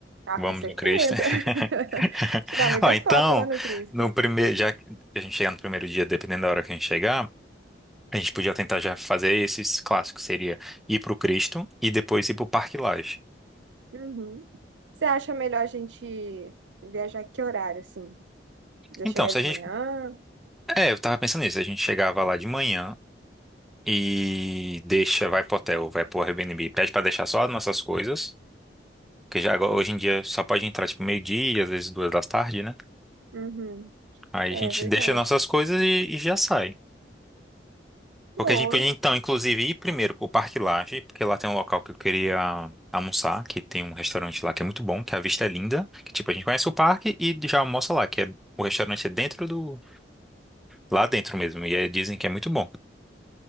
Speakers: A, on the right; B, in the centre.
A: Ah,
B: Vamos
A: com certeza.
B: no Cristo.
A: <laughs>
B: <laughs>
A: Tirar muita
B: Ó, então,
A: foto lá no Cristo.
B: no primeiro, já que a gente chegar no primeiro dia, dependendo da hora que a gente chegar, a gente podia tentar já fazer esses clássicos. Seria ir pro Cristo e depois ir pro Parque Lage.
A: Uhum. Você acha melhor a gente viajar que horário, assim? Já
B: Então,
A: chegar
B: se
A: de
B: a gente.
A: manhã?
B: É, eu tava pensando nisso. A gente chegava lá de manhã, e deixa, vai pro hotel, vai pro Airbnb, pede pra deixar só as nossas coisas, que já agora- hoje em dia só pode entrar tipo meio-dia, às vezes duas da tarde, né?
A: Uhum.
B: Aí
A: É
B: a gente
A: verdade.
B: deixa nossas coisas e, e já sai.
A: Boa.
B: Porque a gente podia então, inclusive, ir primeiro pro Parque Lage, porque lá tem um local que eu queria almoçar, que tem um restaurante lá que é muito bom, que a vista é linda, que tipo a gente conhece o parque e já almoça lá, que é o restaurante é dentro do lá dentro mesmo, e aí dizem que é muito bom.